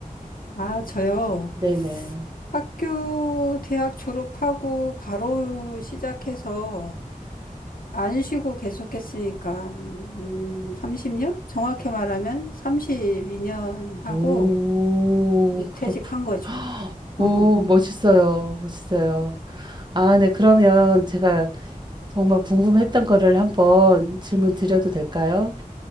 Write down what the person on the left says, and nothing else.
아, 저요.
학교, 대학 졸업하고 바로 시작해서 안 쉬고 계속했으니까, 음, 30년? 정확히 말하면 32년 하고,
이제
퇴직한 거죠.
어허.